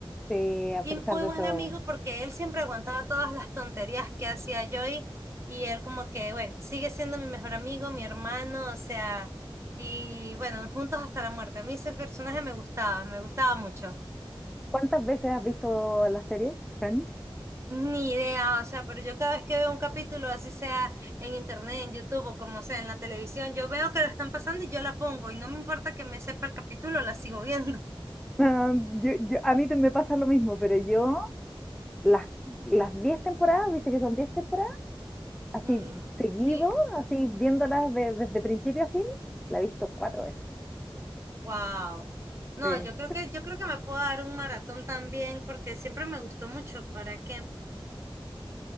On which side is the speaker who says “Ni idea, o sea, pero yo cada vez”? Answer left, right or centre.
Right